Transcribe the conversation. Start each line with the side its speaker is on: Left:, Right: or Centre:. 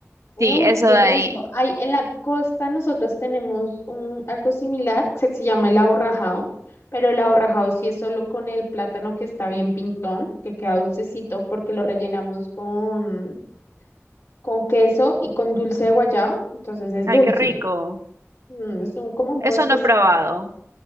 Left: Uf,
Right: Sí, eso
Left: qué
Right: de
Left: rico.
Right: ahí.
Left: Ay, en la costa nosotros tenemos un, algo similar que se llama el aborrajado, pero el aborrajado sí es solo con el plátano que está bien pintón, que queda dulcecito porque lo rellenamos con, con queso y con dulce de guayaba, entonces es
Right: Ay,
Left: dulce.
Right: qué rico.
Left: Mm, es un, como un
Right: Eso
Left: postrecito.
Right: no he probado.